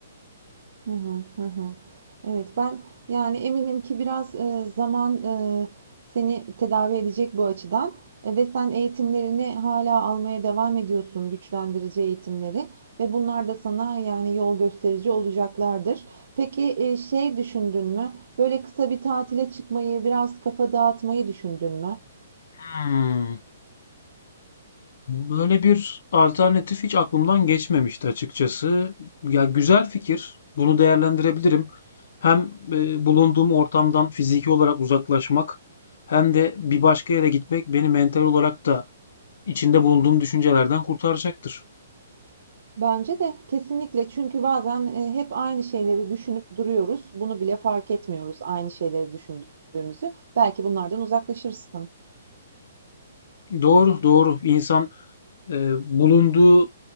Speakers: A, on the right (about 55°); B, on the left (about 50°).
A: Hı hı, hı hı. Evet, ben yani eminim ki biraz e, zaman e, seni tedavi edecek bu açıdan E, ve sen eğitimlerini hala almaya devam ediyorsun, güçlendirici eğitimleri ve bunlar da sana yani yol gösterici olacaklardır. Peki e, şey düşündün mü? Böyle kısa bir tatile çıkmayı, biraz kafa dağıtmayı düşündün mü?
B: Hmm. Böyle bir alternatif hiç aklımdan geçmemişti açıkçası. Ya güzel fikir. Bunu değerlendirebilirim. Hem e, bulunduğum ortamdan fiziki olarak uzaklaşmak hem de bir başka yere gitmek beni mental olarak da içinde bulunduğum düşüncelerden kurtaracaktır.
A: Bence de kesinlikle çünkü bazen, eee, hep aynı şeyleri düşünüp duruyoruz. Bunu bile fark etmiyoruz aynı şeyleri düşündüğümüzü. Belki bunlardan uzaklaşırsın.
B: Doğru, doğru. İnsan e, bulunduğu